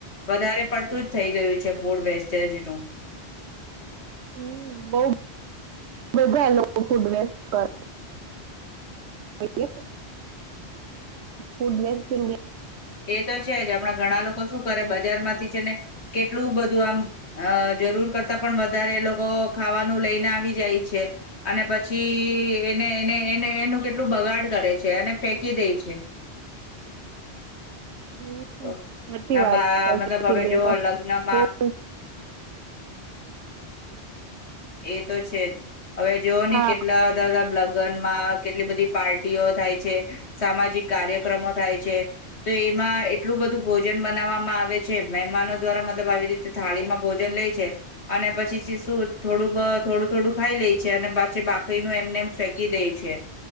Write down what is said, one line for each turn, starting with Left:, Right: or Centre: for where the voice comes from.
Left: વધારે પડતું જ થઈ ગયું છે ફૂડ વેસ્ટેજનું.
Right: હમ્મ, બો બધા લોકો ફૂડ વેસ્ટ કરે છે <unintelligible> ફૂડ વોસ્ટિંગ
Left: એ તો છે જ હમડા ઘણા લોકો સુ કરે બજાર માંથી છે ને કેટલું બધું આમ અ જરૂર કરતા પણ વધારે એ લોકો ખાવાનું લઈને આવી જાય છે અને પછી એને, એને, એને, એનું કેટલું બગાડ કરે છે અને ફેકી દે છે.
Right: હમ્મ,
Left: તો
Right: સાચી વાત
Left: બા મતલબ
Right: છે
Left: હવે જો લગ્નમાં
Right: <unintelligible>
Left: એ તો છેજ, હવે જોવો ને
Right: હા
Left: કેટલા બધા બધા લગનમાં કેટલી બધી પાર્ટીઓ થાય છે, સામાજિક કાર્યક્રમો થાય છે, તો એમાં એટલું બધું ભોજન બનાવવામાં આવે છે, મહેમાનો દ્વારા મતલબ આવી રીતે થાળીમાં ભોજન લે છે અને પછી શું થોડું બ, થોડું થોડું ખાઈ લે છે અને પછી બાકીનું એમને એમ ફેંકી દે છે,